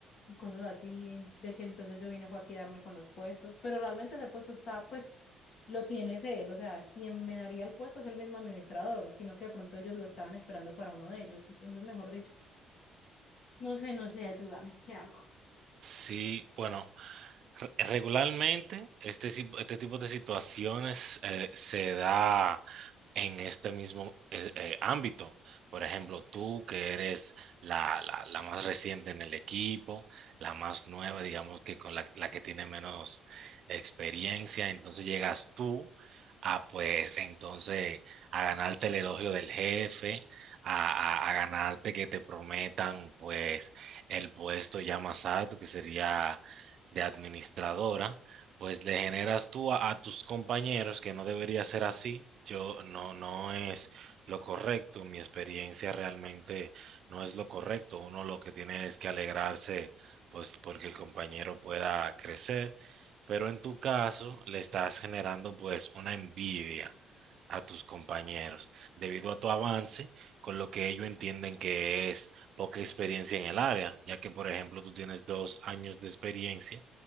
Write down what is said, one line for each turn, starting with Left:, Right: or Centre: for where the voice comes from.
Left: y cosas así, de que entonces yo vine fue a quedarme con los puestos, pero realmente ese puesto está, pues, lo tiene es él, o sea, quien me daría el puesto es el mismo administrador, sino que de pronto ellos lo estaban esperando para uno de ellos, entonces, mejor dicho. No sé, no sé, ayúdame, ¿qué hago?
Right: Sí, bueno, re- regularmente este, si- este tipo de situaciones eh, se da en este mismo eh, eh, ámbito. Por ejemplo, tú que eres la, la- la más reciente en el equipo, la más nueva, digamos que con la, la que tiene menos experiencia, entonces llegas tú a pues entonces a ganarte el elogio del jefe, a, a- a ganarte que te prometan pues el puesto ya más alto que sería de administradora pues le generas tú a, a tus compañeros que no debería ser así. Yo no, no es lo correcto. Mi experiencia realmente no es lo correcto. Uno lo que tiene es que alegrarse, pues porque el compañero pueda crecer. Pero en tu caso le estás generando pues una envidia a tus compañeros debido a tu avance con lo que ellos entienden que es poca experiencia en el área, ya que por ejemplo tú tienes dos años de experiencia